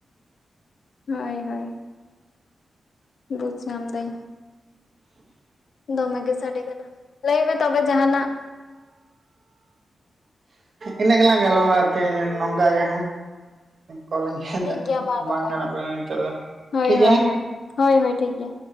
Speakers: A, on the left; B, on the right.
A: ᱦᱳᱭ, ᱦᱳᱭ ᱵᱩᱡᱽ ᱧᱟᱢ ᱫᱟᱹᱧ ᱫᱚᱢᱮ ᱜᱮ ᱥᱟᱰᱮ ᱠᱟᱱᱟ᱾ ᱞᱟᱹᱭᱢᱮ ᱛᱚᱵᱮ ᱡᱟᱸᱦᱟᱱᱟᱜ?
B: ᱤᱱᱟᱹ ᱜᱮᱞᱟᱝ ᱜᱟᱞᱢᱟᱨᱼᱟ ᱛᱮᱦ ᱱᱚᱝᱠᱟ ᱜᱮ ᱠᱚᱞᱟᱸᱧᱼᱼ ᱦᱮᱫᱟᱜ
A: ᱴᱷᱤᱠ ᱜᱮᱭᱟ ᱢᱟ
B: ᱵᱟᱝ
A: ᱱᱚᱝᱠᱟ
B: ᱜᱟᱱᱚᱜ
A: ᱜᱮ
B: ᱠᱟᱱᱟ ᱱᱤᱸᱛᱚᱜ ᱫᱚ
A: ᱦᱳᱭ
B: ᱴᱷᱤᱠ ᱜᱮᱭᱟ᱾
A: ᱦᱳᱭ ᱦᱳᱭ ᱦᱳᱭ ᱦᱳᱭ ᱴᱷᱤᱠ ᱜᱮᱭᱟ᱾